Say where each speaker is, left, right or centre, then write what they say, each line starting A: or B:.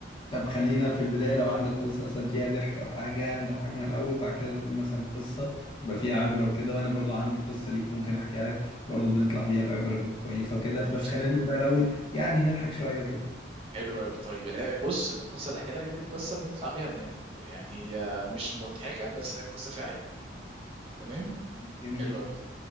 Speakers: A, on the left; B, on the right.
A: طب خلينا في البداية لو عندك قصة مثلا فيها ضحك أو حاجة نضحكنا الأول بعد كده نقول مثلا قصة يبقى فيها عبرة وكده وأنا برضو عندي قصة ليك ممكن أحكيها لك برضو بنطلع بيها بعبرة كويسة وكده
B: ماشي
A: بس خلينا نبدأ الأول يعني نضحك شوية وكده
B: حلو قوي طيب لا، بص القصه اللي احكي لك دي قصه بنطلع بيها من عبر يعني هي مش مضحكه بس هي قصه فيها عبره تمام
A: جميل
B: حلو قوي